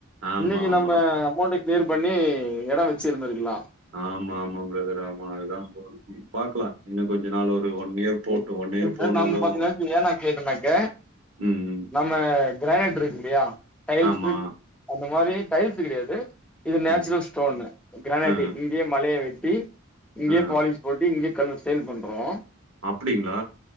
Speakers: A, on the right (about 70°); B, in the centre.
A: ஆமா,
B: இன்னைக்கி
A: ஆமா.
B: நம்ம அமௌண்ட க்ளியர் பண்ணி எடோ வெச்சிருந்திருக்குலா
A: ஆமா ஆமா பிரதர் ஆமா அதுதா <inaudible> பாக்கலா இன்னு கொஞ்ச நாள் ஒரு ஒன் இயர் போட்டும்
B: இதுக்கு
A: ஒன் இயர்
B: தா
A: போனதும்
B: நம்ம பாத்தினா <unintelligible> கேட்டனாக்க
A: ம் ம்,
B: நம்ம கிரானேட் இருக்கில்லையா டைல்ஸ்
A: ஆமா
B: அந்த மாரி டைல்ஸு கெடையாது இது நேச்சுரல்
A: ம்
B: ஸ்டோனு க்ரேனட்டி
A: ஆ
B: இங்கேயே மலைய வெட்டி இங்கேயே
A: ஆ
B: பாலிஷ் போட்டு இங்கே கல்ல சேல் பண்றோ
A: அப்டிங்ளா